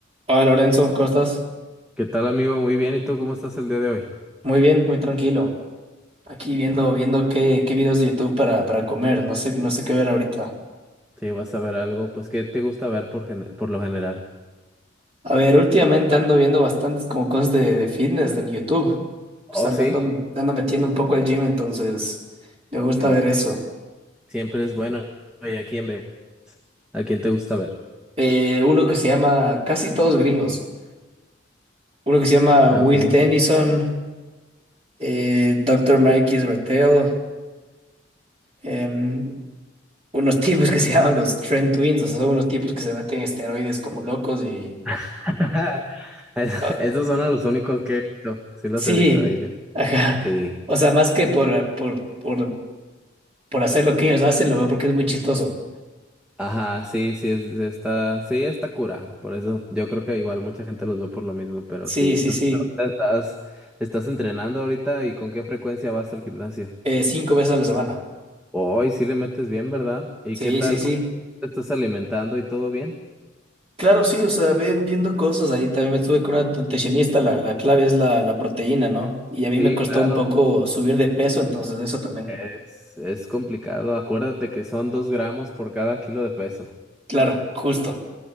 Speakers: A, on the right (about 30°); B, in the centre.
A: Hola Lorenzo, ¿cómo estás?
B: ¿Qué tal, amigo? Muy bien. ¿Y tú cómo estás el día de hoy?
A: Muy bien, muy tranquilo. Aquí viendo, viendo qué, qué videos de YouTube para, para comer. No sé, no sé qué ver ahorita.
B: Sí, vas a ver algo. Pues, ¿qué te gusta ver por, gen- por lo general?
A: A ver, últimamente ando viendo bastantes como cosas de, de fitness en YouTube. O sea,
B: Oh,
A: le
B: sí.
A: ando, le ando metiendo un poco al gym, entonces me
B: Oh,
A: gusta
B: qué bueno.
A: ver eso.
B: Siempre es bueno. ¿Y a quién ves? ¿A quién te gusta ver?
A: Eh, uno que se llama, casi todos gringos. Uno que se llama
B: Ok.
A: Will Tennyson, eh, Dr. Mike Israel, em, unos <laughs> tipos que se llaman los Trend Twins. O sea, son unos tipos que se meten esteroides como locos y
B: <laughs> Es-
A: ah,
B: Esos son a los únicos que he visto. Sí, los
A: Sí,
B: he visto a ellos.
A: ajá.
B: Sí.
A: O sea, más que por, por, por, por hacer lo que ellos hacen, lo veo porque es muy chistoso.
B: Ajá, sí, sí, es, está, sí, está cura. Por eso yo creo que igual mucha gente los ve por lo mismo, pero
A: Sí,
B: sí. Entonces,
A: sí, sí.
B: ahorita estás, estás entrenando ahorita y con qué frecuencia vas al gimnasio?
A: Eh, cinco veces a la semana.
B: Hoy sí le metes bien, ¿verdad? ¿Y
A: Sí,
B: qué tal?
A: sí, sí.
B: ¿Cómo te estás alimentando y todo bien?
A: Claro, sí, o sea, ve- viendo cosas. Ahí también me estuve con una nutricionista. La, la clave es la, la proteína, ¿no? Y a mí
B: Sí,
A: me costó
B: claro,
A: un poco subir de peso, entonces eso también.
B: es, es complicado. Acuérdate que son dos gramos por cada kilo de peso.
A: Claro, justo.